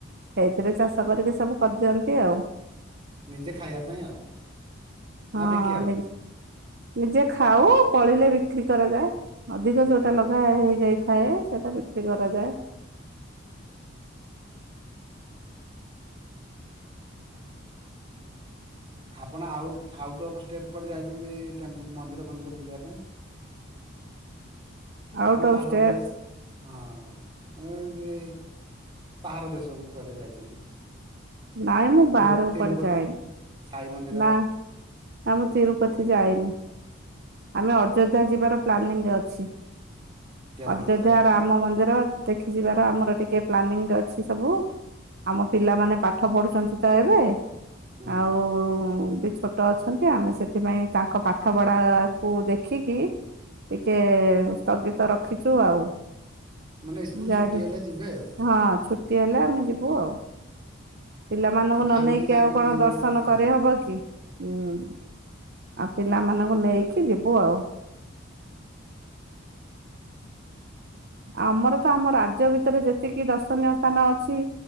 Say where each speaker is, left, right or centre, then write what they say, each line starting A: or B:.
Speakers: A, on the right; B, on the right.
A: ସେଇଥିରେ ଚାଷ କରିକି ସବୁ କରଦିଅନ୍ତି ଆଉ।
B: ନିଜେ ଖାଇଆ ପାଇଁ ଆଉ।
A: ହଁ
B: ନା ବିକିବା ପାଇଁ
A: ନିଜ୍ ନିଜେ ଖାଉ ଫଳିଲେ ବିକ୍ରି କରାଯାଏ। ଅଧିକ ଯୋଉଟା
B: ଠିକ
A: ଲଗା ହେଇଯାଇଥାଏ ସେଇଟା ବିକ୍ରି କରାଯାଏ।
B: ଆପଣ ଆଉ ଆଉଟ ଅଫ ଷ୍ଟେଟ୍ କୁଆଡେ ଯାଇଚନ୍ତି ଟେମ୍ପୁ ମନ୍ଦିର ଫନ୍ଦିର ବୁଲିଆ ପାଇଁ?
A: ଆଉଟ୍
B: ମାନେ
A: ଅଫ୍
B: ଭଲ
A: ଷ୍ଟେଟ
B: ପ୍ଲେସ ହଁ। ମାନେ ଯେମତି ବାହାର ଦେଶକୁ କୁଆଡେ ଯାଇଛନ୍ତି?
A: ନାଇଁ ମୁଁ
B: ତିରୁ
A: ବାହାରକୁ
B: ତିରୁପତି
A: କୁଆଡେ ଯାଏନି।
B: ସାଇ ମନ୍ଦିର
A: ନା ନା ମୁଁ ତିରୁପତି ଯାଇନି। ଆମେ ଅଯୋଧ୍ୟା ଯିବାର ପ୍ଲାନିଂ ଅଛି। ଅଯୋଧ୍ୟା
B: ଭଲ ଜାଗା ତ
A: ରାମ ମନ୍ଦିର ଦେଖିଯିବାର ଆମର ଟିକେ ପ୍ଲାନିଂ ଅଛି ସବୁ ଆମ ପିଲାମାନେ ପାଠ ପଢୁଛନ୍ତି ତ ଏବେ
B: ହୁଁ
A: ଆଉ ବି ଛୋଟ ଅଛନ୍ତି ଆମେ ସେଥିପାଇଁ ତାଙ୍କ ପାଠପଢା କୁ ଦେଖିକି ଟିକେ ସ୍ଥଗିତ ରଖିଛୁ ଆଉ।
B: ମାନେ ସ୍କୁଲ
A: ଯାହାବି
B: ଛୁଟି ହେଲେ ଯିବେ ଆଉ
A: ହଁ ଛୁଟି ହେଲେ ଆମେ ଯିବୁ ଆଉ। ପିଲାମାନଙ୍କୁ
B: ପୁରା
A: ନ
B: ଫ୍ୟାମିଲି
A: ନେଇକି
B: ଯାଇକି
A: ଆଉ କଣ
B: ବୁଲି
A: ଦର୍ଶନ
B: ବୁଲାକି ଆସ। ହଁ
A: କରି ହବ କି ହୁଁ। ଆଉ ପିଲାମାନଙ୍କୁ ନେଇକି ଯିବୁ ଆଉ। ଆମର ତ ଆମ ରାଜ୍ୟ ଭିତରେ ଯେତିକି ଦର୍ଶନୀୟ ସ୍ଥାନ ଅଛି